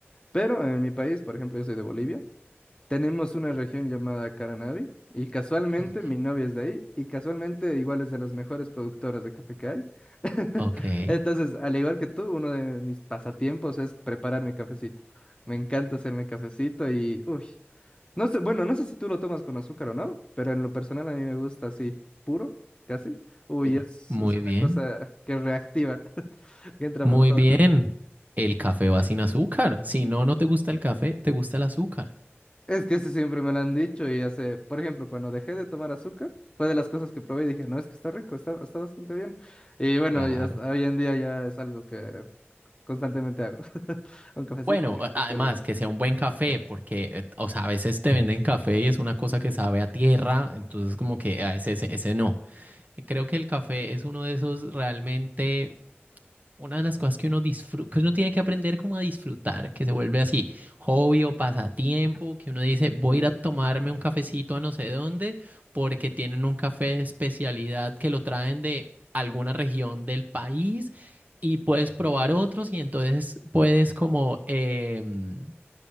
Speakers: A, on the left (about 25°); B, on the right (about 40°).
A: pero en mi país, por ejemplo, yo soy de Bolivia. Tenemos una región llamada Caranavi y casualmente
B: Ujú.
A: mi novia es de ahí y casualmente igual es de las mejores productoras de café que hay. <laughs>
B: Ok. Ay,
A: Entonces, al igual que tú, uno de mis pasatiempos es preparar mi cafecito. Me encanta hacerme cafecito y, uy, no sé, bueno, no sé si tú lo tomas con azúcar o no, pero en lo personal a mí me gusta así, puro, casi. Uy,
B: sí.
A: es,
B: Muy
A: es una
B: bien,
A: cosa que reactiva, <laughs> que entra
B: muy
A: por todo.
B: bien. El café va sin azúcar. Si no, no te gusta el café, te gusta el azúcar.
A: Es que eso siempre me lo han dicho y hace, por ejemplo, cuando dejé de tomar azúcar, fue de las cosas que probé y dije, no, es que está rico, está, está bastante bien. Y bueno,
B: Claro.
A: y hasta hoy en día ya es algo que constantemente hago. <laughs> Un cafecito
B: Bueno,
A: sin
B: a-
A: azúcar
B: además
A: y...
B: que sea un buen café, porque, eh, o sea, a veces te venden café y es una cosa que sabe a tierra, entonces como que a ese, ese, ese no. Creo que el café es uno de esos realmente una de las cosas que uno disfruta, que uno tiene que aprender como a disfrutar, que se vuelve así, hobby o pasatiempo, que uno dice, voy a ir a tomarme un cafecito a no sé dónde, porque tienen un café de especialidad que lo traen de alguna región del país y puedes probar otros y entonces puedes como... em,